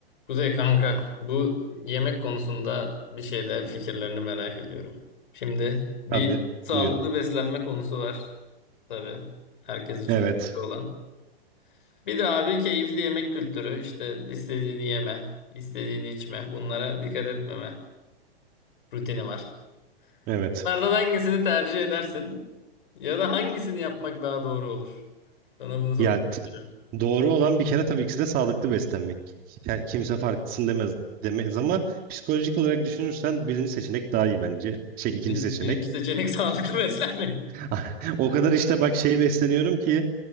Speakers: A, on the left; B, on the right.
A: Kuzey kanka, bu yemek konusunda bir şeyde fikirlerini merak ediyorum. Şimdi bir
B: Tabii.
A: sağlıklı
B: Buyur.
A: beslenme konusu var. Tabii herkes için
B: Evet.
A: önemli olan. Bir de abi keyifli yemek kültürü. işte istediğini yeme, istediğini içme, bunlara dikkat etmeme rutini var.
B: Evet.
A: Bunlardan hangisini tercih edersin ya da hangisini yapmak daha doğru olur? Sana bunu sormak
B: Ya t-
A: istiyorum.
B: doğru olan bir kere tabii ki de sağlıklı beslenmek. Ki- Kimse farklısın demez demez ama psikolojik olarak düşünürsen birinci seçenek daha iyi bence. Şey
A: Birinci,
B: ikinci seçenek.
A: birinci seçenek <laughs> sağlıklı beslenmek.
B: <laughs> O kadar işte bak şey besleniyorum ki